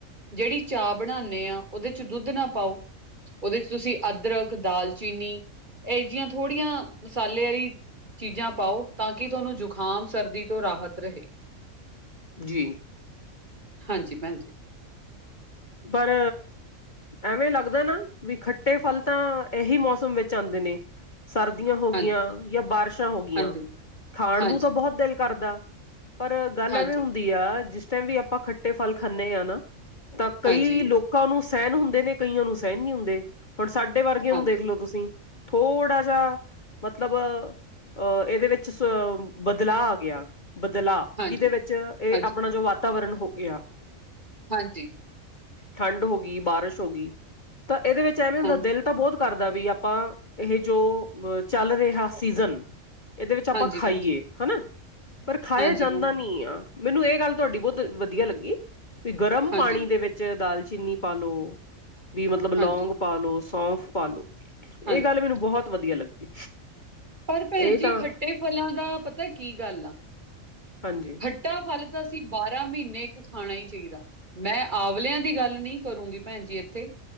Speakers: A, on the right; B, on the left.
A: ਜੇੜੀ ਚਾਅ ਬਨਾਨੇ ਆਂ ਓਦੇ ਚ ਦੁੱਧ ਨਾ ਪਾਓ। ਓਦੇ ਚ ਤੁਸੀਂ ਅਦਰਕ, ਦਾਲਚੀਨੀ, ਏਹੇ ਜੀਆਂ ਥੋੜ੍ਹੀਆਂ ਮਸਾਲੇ ਆਲੀ ਚੀਜ਼ਾਂ ਪਾਓ ਤਾਂ ਕਿ ਤੁਹਾਨੂੰ ਜ਼ੁਕਾਮ ਸਰਦੀ ਤੋਂ ਰਾਹਤ ਰਹੇ,
B: ਜੀ।
A: ਹਾਂਜੀ, ਭੈਣਜੀ।
B: ਪਰ ਐਵੇਂ ਲੱਗਦਾ ਨਾ ਵੀ ਖੱਟੇ ਫਲ ਤਾਂ ਏਹੀ ਮੌਸਮ ਵਿੱਚ ਆਂਦੇ ਨੇ। ਸਰਦੀਆਂ ਹੋ ਗਈਆਂ
A: ਹਾਂਜੀ,
B: ਜਾਂ ਬਾਰਿਸ਼ਾਂ ਹੋ ਗਈਆਂ।
A: ਹਾਂਜੀ,
B: ਖਾਣ
A: ਹਾਂਜੀ,
B: ਨੂੰ ਤਾਂ ਬਹੁਤ ਦਿਲ ਕਰਦਾ ਪਰ ਗੱਲ
A: ਹਾਂਜੀ,
B: ਐ ਵੇਂ ਹੁਣ ਜਾ ਜਿਸ ਟਾਈਮ ਵੀ ਆਪਾਂ ਖੱਟੇ ਫਲ ਖਾਣੇ ਆ ਨਾ ਤਾਂ ਕਈ
A: ਹਾਂਜੀ,
B: ਲੋਕਾਂ ਨੂੰ ਸਹਿਣ ਹੁੰਦੇ ਨੇ ਕਈਆਂ ਨੂੰ ਸਹਿਣ ਨਹੀ ਹੁੰਦੇ। ਹੁਣ ਸਾਡੇ ਵਰਗੇ
A: ਹਾਂਜੀ,
B: ਨੂੰ ਦੇਖ ਲੋ ਤੁਸੀਂ ਥੋੜਾ ਜਾ ਮਤਲਬ ਅਹ ਇਹਦੇ ਵਿੱਚ ਬਦਲਾਅ ਆ ਗਿਆ ਬਦਲਾਅ
A: ਹਾਂਜੀ,
B: ਕੀ ਦੇ ਵਿੱਚ ਇਹ
A: ਹਾਂਜੀ,
B: ਆਪਣਾ ਜੋ ਵਾਤਾਵਰਨ ਹੋ ਗਿਆ
A: ਹਾਂਜੀ।
B: ਠੰਡ ਹੋ ਗਈ, ਬਾਰਿਸ਼ ਹੋ ਗਈ, ਤਾਂ ਇਹਦੇ ਵਿੱਚ ਐਵੇਂ ਹੁੰਦਾ
A: ਹਾਂਜੀ,
B: ਦਿਲ ਤਾਂ ਬਹੁਤ ਕਰਦਾ ਵੀ ਆਪਾਂ ਇਹ ਜੋ ਚੱਲ ਰਿਹਾ ਸੀਜਨ ਇਹਦੇ ਵਿੱਚ ਆਪਾਂ
A: ਹਾਂਜੀ
B: ਖਾਈਏ
A: ਭੈਣ ਜੀ,
B: ਹੈਨਾ, ਪਰ ਖਾਇਆ
A: ਹਾਂਜੀ
B: ਜਾਂਦਾ
A: ਭੈਣ ਜੀ,
B: ਨੀ ਆ। ਮੈਨੂੰ ਇਹ ਗੱਲ ਤੁਹਾਡੀ ਬਹੁਤ ਵਧੀਆ ਲੱਗੀ ਵੀ ਗਰਮ
A: ਹਾਂਜੀ,
B: ਪਾਣੀ ਦੇ ਵਿੱਚ ਦਾਲਚੀਨੀ ਪਾ ਲੋ ਵੀ ਮਤਲਬ ਲੌਂਗ
A: ਹਾਂਜੀ,
B: ਪਾ ਲੋ ਸੌਂਫ ਪਾ ਲੋ, ਇਹ
A: ਹਾਂਜੀ।
B: ਗੱਲ ਮੈਨੂੰ ਬਹੁਤ ਵਧੀਆ ਲੱਗੀ।
A: ਪਰ ਭੈਣ
B: ਇਹ
A: ਜੀ
B: ਤਾਂ
A: ਖੱਟੇ ਫਲਾਂ ਦਾ ਪਤਾ ਕੀ ਗੱਲ ਆ
B: ਹਾਂਜੀ
A: ਖੱਟਾ ਫਲ ਤਾਂ ਅਸੀਂ ਬਾਰਾਂ ਮਹੀਨੇ ਇੱਕ ਖਾਣਾ ਹੀ ਚਾਹੀਦਾ ਮੈਂ ਆੰਵਲਿਆਂ ਦੀ ਗੱਲ ਨਹੀ ਕਰੂੰਗੀ ਭੈਣ ਜੀ ਇੱਥੇ